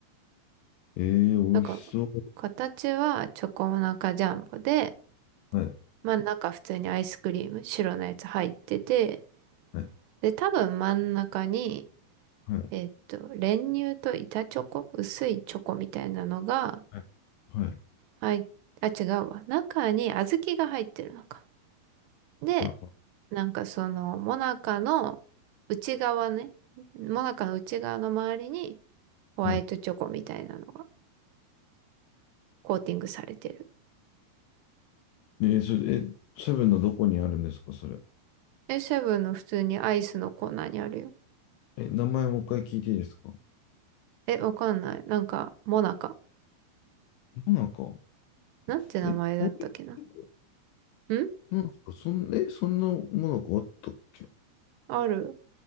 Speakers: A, on the left; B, on the right.
A: えー、美味しそう。
B: だから、形はチョコモナカジャンボで、
A: はい。
B: まあ中普通にアイスクリーム、白のやつ入ってて、
A: はい。
B: で、多分真ん中に、
A: はい。
B: えっと、練乳と板チョコ、薄いチョコみたいなのが、
A: はい。はい。
B: はい。あ、違うわ。中に小豆が入ってるのか。で、
A: はい
B: なんかその、もなかの内側ね。もなかの内側の周りにホワイトチョコみたいなのが
A: はい
B: コーティングされてる。
A: えー、それ、え、セブンのどこにあるんですかそれ。
B: え、セブンの普通にアイスのコーナーにあるよ。
A: え、名前もう一回聞いていいですかも
B: え、わかんない。なんか、もなか。
A: なか。
B: なんて名前だったっけな。
A: え、こういうとこ
B: ん
A: なんですかそん、え、そんなもなかあったっけ
B: ある